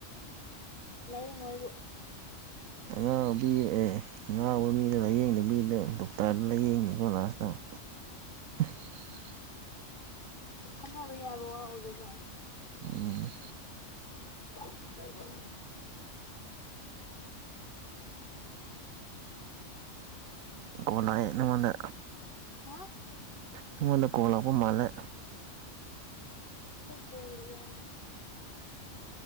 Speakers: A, on the left; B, on the right.
A: ꯂꯥꯏꯌꯦꯡꯉꯣꯑꯩꯕꯨ
B: ꯑꯉꯥꯎꯕꯤ ꯑꯦ ꯑꯉꯥꯎꯕ ꯃꯤꯗ ꯂꯥꯏꯌꯦꯡꯗꯕꯤꯗ ꯗꯣꯛꯇꯔꯗ ꯂꯥꯏꯌꯦꯡꯅꯤꯀꯣ ꯂꯥꯁꯇ <unintelligible>
A: ꯈꯟꯅꯕ ꯌꯥꯕ ꯋꯥ ꯑꯣꯏꯗꯣꯏꯖꯥꯠꯂ
B: ꯎꯝ
A: <unintelligible>
B: ꯀꯣꯜ ꯂꯥꯛꯑꯦ ꯅꯉꯣꯟꯗ
A: ꯍꯥ
B: ꯅꯉꯣꯟꯗ ꯀꯣꯜ ꯂꯥꯛꯄ ꯃꯥꯜꯂꯦ
A: ꯀꯣꯜꯂ